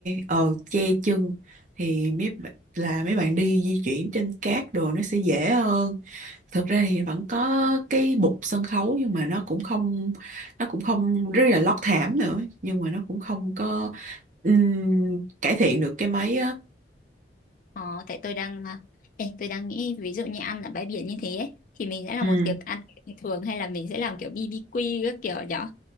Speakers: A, on the right; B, on the left.
A: ờ che chân thì mấy bạn- là mấy bạn đi di chuyển trên cát đồ nó sẽ dễ hơn thực ra thì vẫn có cái bục sân khấu nhưng mà nó cũng không nó cũng không rất là lót thảm nữa nhưng mà nó cũng không có ừm, cải thiện được cái mấy á.
B: Ờ, tại tôi đang à, ê, tôi đang nghĩ ví dụ như ăn ở bãi biển như thế ấy, thì mình sẽ là
A: Ừm,
B: một tiệc ăn kiểu bình thường hay là mình sẽ làm kiểu BBQ các kiểu nhở